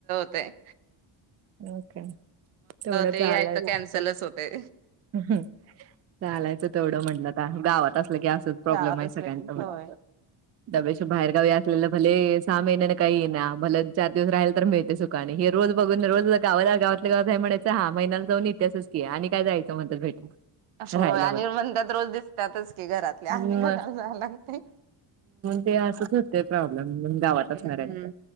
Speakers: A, on the right; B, on the right.
A: ते
B: म काय तेवढ
A: ते
B: चालायच
A: यायचं कॅन्सलच होते.
B: हम्म चालायच तेवढं म्हटलं आता गावात असलं की असच प्रोब्लेम
A: गावातच
B: आहे सगळ्यांचा
A: लगे
B: म्हणे
A: होय
B: त्या पेक्षा बाहेर गावी आसलेलं भले सहा महिन्याने का येईना भले चार दिवस राहायला तरी मिळत सुखाने हे रोज बग पण रोज गावातल्या गावात हाय म्हणायच हा महिन्याला जाऊन येत्यासच की आणि काय जायच म्हणत्यात राहायला
A: होय आणि
B: पण
A: म्हणतात रोज दिसतातच की घरातल्या
B: हम्म
A: आणि घराला जायला लागतय.
B: ते असच होतय प्रोब्लेम मग गावात असणाऱ्यांचं
A: हम्म